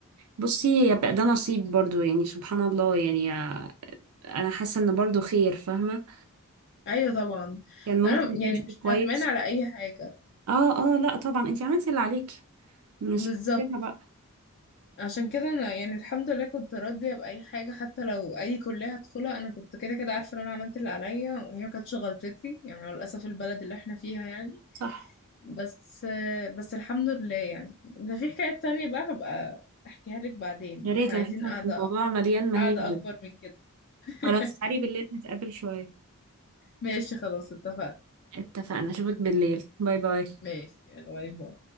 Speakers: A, on the right; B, on the left.
A: بصي هي بقى ده نصيب برضو يعني سبحان الله يعني آه، انا حاسه ان برضو خير فاهمه
B: ايوه طبعا
A: كان ممكن
B: انا
A: تمشي
B: يعني مش
A: كويس
B: ندمان على اي حاجه
A: اه اه لا طبعا انت عملتي اللي عليك مش
B: بالظبط
A: فيها بقى
B: عشان كده انا يعني الحمد لله كنت راضيه باي حاجه حتى لو اي كليه هدخلها انا كنت كده كده عارفه ان انا عملت اللي عليا وهي ما كانتش غلطتي يعني هو للاسف البلد اللي احنا فيها يعني
A: صح
B: بس بس الحمد لله يعني ده في حكايه تانية بقى هبقى احكيها لك بعدين
A: يا ريت
B: احنا
A: انا
B: عايزين
A: حاسه
B: قاعده
A: ان الموضوع مليان مهازل
B: قاعده اكبر من كده <laughs>
A: خلاص تعالي بالليل نتقابل شوية
B: ماشي خلاص اتفقنا
A: اتفقنا اشوفك بالليل باي باي
B: ماشي يلا باي باي